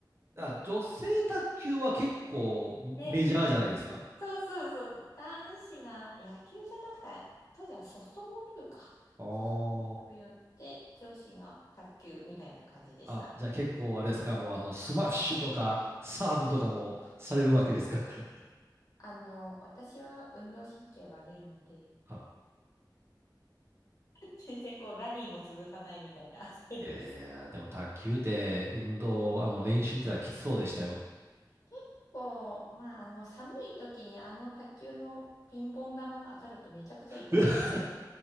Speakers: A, on the right; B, on the left.
A: あ、女性卓球は結構メジャーじゃないですか。
B: <laughs> ねそうそうそう。男子が野球じゃなくて、当時はソフトボール部か。
A: ああ。
B: ソフトボールやって、女子が卓球みたいな感じでしたね。
A: あ、じゃあ結構あれですか、もうあの、スマッシュとか、サーブとかもされるわけですか。<laughs>
B: あの、私は運動神経悪いので、
A: あ、
B: 全然こうラリーも続かないみたいな <laughs> タイプです。
A: いやいやいや、でも卓球って運動、あの、練習見てたらきつそうでしたよ。
B: 結構、まあ、あの、寒い時にあの卓球のピンポン玉が当たるとめちゃくちゃ痛いんですよ。
A: <laughs>